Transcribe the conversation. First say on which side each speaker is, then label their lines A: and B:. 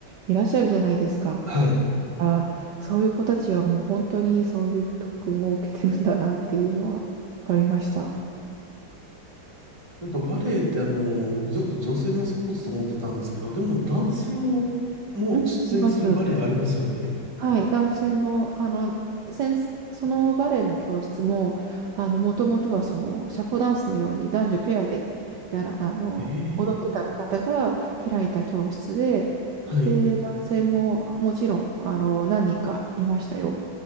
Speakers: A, on the right (about 70°); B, on the right (about 15°).
A: いらっしゃるじゃないですか。
B: はい。
A: だからそういう子たちはもう本当にそういう特訓を受けてるんだなっていうのは分かりました。
B: なんかバレエってあの、ずっと女性のスポーツと思ってたんですけど、でも男性のも出演するバレエありますよね。
A: うん、います。はい、男性の、あの、先生そのバレエの教室も、あの、もともとはその、社交ダンスのように男女ペアで、やら、あの、
B: ええ、
A: 踊ってた方が開いた教室で、
B: はい。
A: で、男性ももちろん、あの、何人かいましたよ、